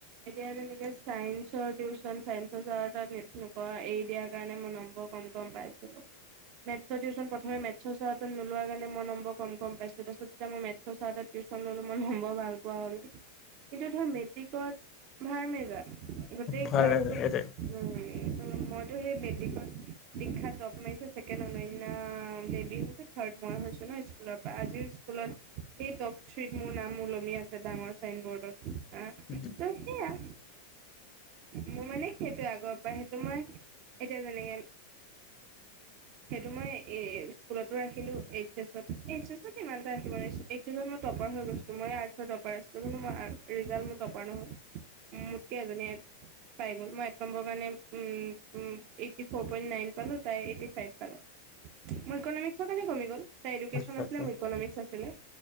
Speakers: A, on the right (about 40°); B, on the left (about 30°).
A: এতিয়া যেনেকে চাইন্সৰ টিউশ্যন চাইন্সৰ চাৰৰ তাত নে-নকৰা, এই দিয়াৰ কাৰণে মই নম্বৰ কম কম পাইছিলোঁ। মেথছৰ টিউশ্যন প্ৰথমে মেথচৰ চাৰৰ তাত নোলোৱা কাৰণে মই নম্বৰ কম কম পাইছিলোঁ তাৰপছত যেতিয়া মই মেথছৰ চাৰ টিউশ্যন ল'লো মই নম মই ভাল পোৱা হ'লো। কিন্তটো ধৰ মেট কি ক'ত ভাৰ মেজা। গোটেই
B: ভালে
A: ক্লাছ তোক
B: সেইটোৱে
A: ভাৰ্মাই উম, মইটো সেই মেটিকত দীক্ষাত টপ মাৰিছে ছেকেণ্ড অনন্যা বেবী হৈছে থাৰ্ড মই হৈছো ন' স্কুলৰ। বা আজিও স্কুলত সেই টপ স্ৰীত মোৰ নাম ওলমি আছে ডাঙৰ চাইন ব'ৰ্ডত।
B: <inaudible>
A: আহ ত' সেয়া মোৰ মানে সেইটোে আগৰ পৰা সেইটো মই এতিয়া যেনেকে সেইটো মই স্কুলতো ৰাখিলো এইচ এছত এইচ এছত কিমানটা ৰাখিব এইচ এছত মই টপাৰ হৈ গৈছিলো মই আৰ্থৰ টপাৰ আছ ম' ৰিজাল্ট মোই টপাৰ নহয়। উম, মোতকে এজনীয়ে পাই গ'ল মই এক নম্বৰৰ কাৰণে um, um, eighty four point nine পালোঁ তাই এইটি ফাইভ পালে, মই ইকনমিক্সৰ কাৰণে ৰখি গ'ল। তাই এডুকেশন
B: আচ্ছা
A: আছিল
B: আচ্ছা
A: মোৰ ইকনমিক্স আছ হ'লে।